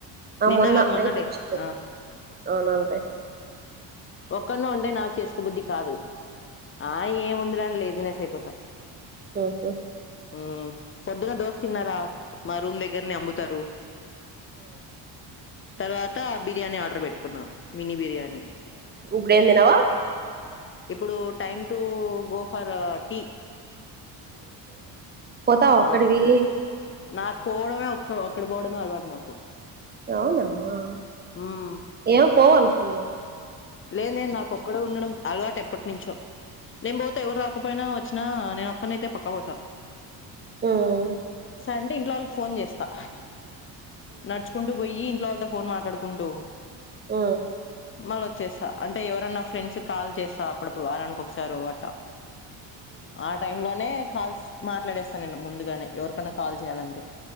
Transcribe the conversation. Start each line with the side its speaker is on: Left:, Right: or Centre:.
Right: ఆ
Left: నిన్న
Right: మొన్న
Left: కాదు మొన్నలే.
Right: నైట్ వచ్చి
Left: ఆ!
Right: అవునంటే
Left: ఒక్కన ఉంటే నాకు చేసుకో బుద్ధి కాదు ఆ ఏమి ఉందిడాని లేదు బిజినెస్ అయిపోతా
Right: ఓహో
Left: ఉ పొద్దున్న దోస్తు తిన్నారా మా రూమ్ దగ్గరని అమ్ముతారు తర్వాత బిర్యానీ ఆర్డర్ పెట్టుకున్నా మినీ బిర్యానీ
Right: ఉగుడు ఏన్ దినవా
Left: ఇప్పుడు time to go for tea
Right: పోత ఒకక్కడవి
Left: ఆ! నాకు పోవడమే ఒ ఒక్కడు పోవడమే అలవాటు నాకు
Right: అవునామా
Left: హ్మ్
Right: ఏ పోవాలకున్నా
Left: లేదే నాకు ఒక్కడే ఉండడం అలవాటు ఎప్పటినుంచో నేను పోతే ఎవరు రాకపోయినా నేను ఒక్కడైన్ అయిన పక్కా పోత
Right: పోవనుకున్నా
Left: అంటే ఇంట్లో వాళ్ళ ఫోన్ చేస్తా నడుచుకుంటూ పోయి వాళ్ళతో ఫోన్ మాట్లాడుకుంటూ
Right: ఆ
Left: మళ్ళ వచ్చేస్తా అంటే ఎవరన్నా ఫ్రెండ్స్ కాల్ చేస్తా అప్పుడప్పుడు వారానికి ఒకసారి అట ఆ టైం లోనే కాల్స్ మాట్లాడేస్తాను నేను ముందుగానే ఎవరికన్నా కాల్ చేయాలంటే